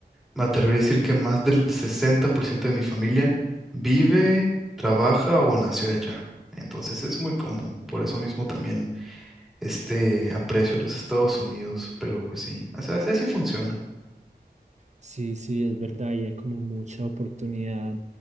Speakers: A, in the centre; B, on the right.
A: me atrevería a decir que más del 60% de mi familia vive, trabaja o nació allá. Entonces es muy común. Por eso mismo también este aprecio a los Estados Unidos. Pero pues sí, o sea, así así funciona.
B: Sí, sí, es verdad, y hay como mucha oportunidad